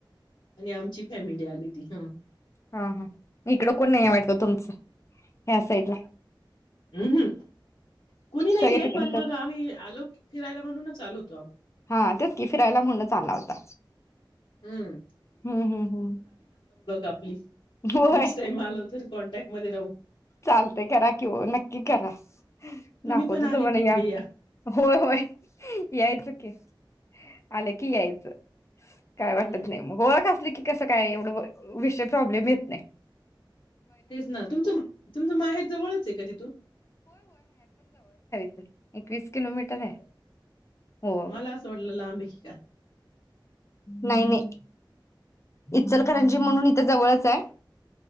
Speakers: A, on the left; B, on the left.
A: आणि आमची फॅमिली आली. तीच
B: हा हा इकडं कोण नाही आहे वाटत तुमचं ह्या साईड ला.
A: हम् हम कुणी नाहीये
B: सगळे तिकडच
A: पण मग
B: आहेत.
A: आम्ही आलो फिरायला म्हणूनच आलो हो
B: हा तेच की फिरायला म्हणूनच आला होता.
A: हम्म
B: हूं हूं हूं
A: आपली.
B: होय
A: नेक्स्ट टाईम आलो तर कॉन्टॅक्टमध्ये राहू.
B: चालतय करा कि नक्की करा
A: तुम्ही
B: दाखवतो
A: पण आले
B: तुम्हाला
A: की इकडे
B: या होय होय यायचं की. आलं की यायचं. काय वाटत
A: हं,
B: नाही. ओळख असली की कसं काय एवढं विषय प्रॉब्लेम येत नाही.
A: तेच ना तुमचं तुमचं माहेर जवळच हे का तिथू.
B: <unintelligible> वीस किलोमीटर आहे हो.
A: मला असं वाटलं लांब आहे की काय?
B: नाही नाही. इचलकरंजी म्हणून इथ जवळच आहे.